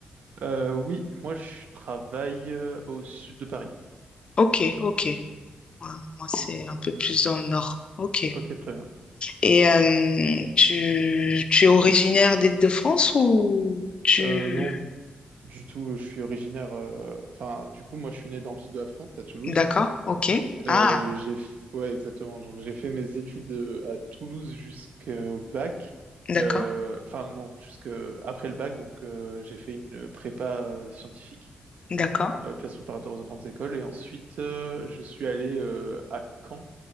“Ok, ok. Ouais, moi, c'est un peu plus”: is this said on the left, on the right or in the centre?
Left